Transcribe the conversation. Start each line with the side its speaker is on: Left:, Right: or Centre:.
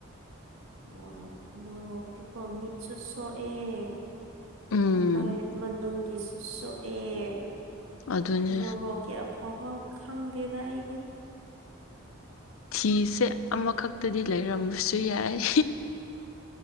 Right: ꯃꯣꯔꯣꯛ ꯃꯣꯔꯣꯛꯇꯤꯀꯣ ꯃꯤꯠꯁꯨ ꯁꯣꯛꯑꯦ
Left: ꯎꯝ
Right: ꯑꯩꯈꯣꯏ ꯃꯅꯨꯡꯒꯤꯁꯨ ꯁꯣꯛꯑꯦ
Left: ꯑꯗꯨꯅꯦ
Right: ꯃꯣꯔꯣꯛꯒꯤ ꯑꯐꯕ ꯈꯪꯒꯦꯗ ꯑꯩꯗꯤ
Left: ꯐꯤꯁꯦ ꯑꯃꯈꯛꯇꯗꯤ ꯂꯩꯔꯝꯕꯁꯨ ꯌꯥꯏ